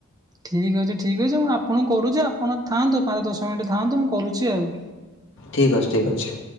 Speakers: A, on the right (about 15°); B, on the left (about 55°).
A: ଠିକ୍ ଅଛି ଠିକ୍ ଅଛି ମୁଁ ଆପଣ କରୁଛି ଆପଣ ଥାଆନ୍ତୁ ପାଞ୍ଚ ଦଶ ମିନିଟ୍ ଥାଆନ୍ତୁ ମୁଁ କରୁଛି ଆଉ।
B: ଠିକ୍ ଅଛି ଠିକ୍ ଅଛି।